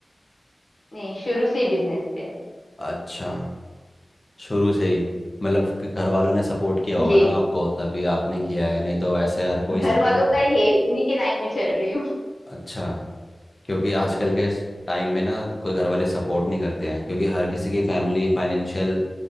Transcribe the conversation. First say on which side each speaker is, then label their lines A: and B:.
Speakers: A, on the left; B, on the left.
A: नहीं शुरू से ही बिजनेस पे
B: अच्छा शुरू से ही मतलब कि घर वालों ने सपोर्ट किया होगा
A: जी
B: ना आपको तभी आपने किया है नहीं तो ऐसे हर कोई
A: घर
B: सपोर्ट
A: वालों का ही है उन्हीं के लाइन में चल रही हूँ
B: अच्छा क्योंकि आजकल के टाइम में ना कोई घर वाले सपोर्ट नहीं करते हैं क्योंकि हर किसी की फैमिली फाइनेंशियल